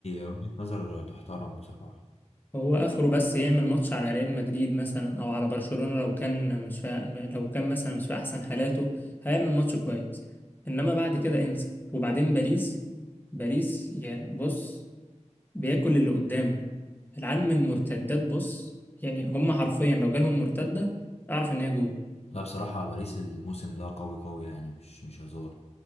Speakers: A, on the left (about 55°); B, on the left (about 15°).
A: وجهة نظر تحترم بصراحة
B: هو اخره بس يعمل ماتش على ريال مدريد مثلا او على برشلونة لو كان مش في لو كان مثلا مش في احسن حالاته هيعمل ماتش كويس انما بعد كده انسى وبعدين باريس باريس يا بص بياكل اللي قدامه العيال من المرتدات بص يعني هم حرفيا لو جالهم مرتدة اعرف ان هي جول
A: لا بصراحة باريس الموسم ده قوي قوي يعني مش مش هزار